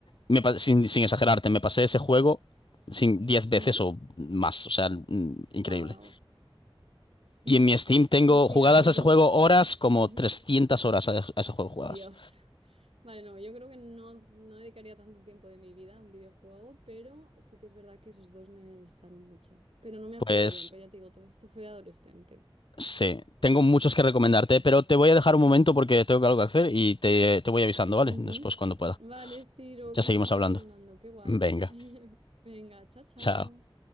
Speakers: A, on the left; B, on the right.
A: me pa- sin, sin exagerarte, me pasé ese juego sin diez veces
B: ujú.
A: o más, o sea, mm, increíble.
B: Wow. Ujú.
A: Y en mi Steam tengo
B: Pues sí,
A: jugadas
B: a esos
A: a ese
B: dos.
A: juego horas, como
B: Ujú.
A: 300 horas a, a ese juego jugadas.
B: Dios. Vale, no, yo creo que no, no dedicaría tanto tiempo de mi vida a un videojuego, pero sí que es verdad que esos dos me gustaron mucho. Pero no me
A: Pues
B: acuerdo bien, pues ya te digo, todo esto fue de adolescente.
A: Sí, tengo muchos que recomendarte, pero te voy a dejar un momento porque tengo algo que hacer y te, te voy avisando, ¿vale?
B: Ujú.
A: Después cuando pueda.
B: Vale, sí, luego
A: Ya
B: continuamos
A: seguimos hablando.
B: hablando, qué guay.
A: Venga,
B: <laughs> Venga, chao, chao.
A: chao.